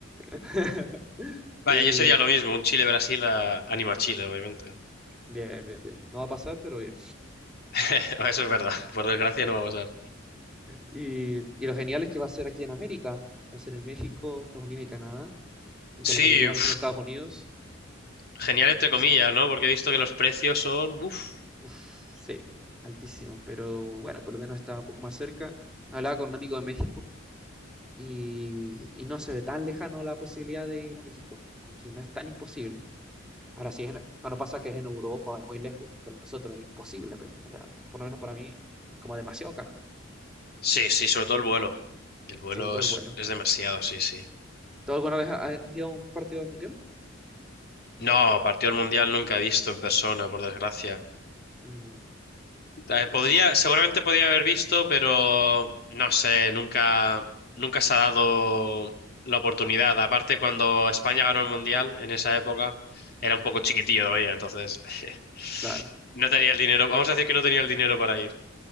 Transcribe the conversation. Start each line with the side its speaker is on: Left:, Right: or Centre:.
Centre: <laughs>
Left: Vaya,
Centre: Y
Left: yo sería lo mismo, un Chile-Brasil a... anima a Chile, obviamente.
Centre: bien, bien, bien. No va a pasar, pero bien.
Left: <laughs> Eso es verdad, por desgracia no va a pasar.
Centre: Y, y lo genial es que va a ser aquí en América. Va a ser en México, Estados Unidos y Canadá. Aunque
Left: Sí,
Centre: la mayoría van
Left: uf,
Centre: a ser en Estados Unidos.
Left: genial entre comillas,
Centre: No sé.
Left: ¿no? Porque he visto que los precios son... Uf.
Centre: Uf, sí, altísimo. Pero bueno, por lo menos está un poco más cerca. Hablaba con un amigo de México y, y no se ve tan lejano la posibilidad de ir a México. Aunque no es tan imposible. Ahora sí, es en- cuando pasa que es en Europa, es muy lejos, pero nosotros es imposible. pero, O sea, por lo menos para mí, como demasiado caro.
Left: Sí, sí, sobre todo el vuelo. El vuelo
Centre: Sobre todo
Left: es,
Centre: el vuelo.
Left: es demasiado, sí, sí.
Centre: ¿Tú alguna vez ha- has ido a un partido del mundial?
Left: No, partido del Mundial nunca he visto en persona, por desgracia.
Centre: Mm,
Left: Eh, podría, seguramente podría haber visto, pero no sé, nunca, nunca se ha dado la oportunidad. Aparte, cuando España ganó el Mundial en esa época, era un poco chiquitillo todavía, entonces <laughs>
Centre: Claro.
Left: no tenía el dinero. Vamos a decir que no tenía el dinero para ir.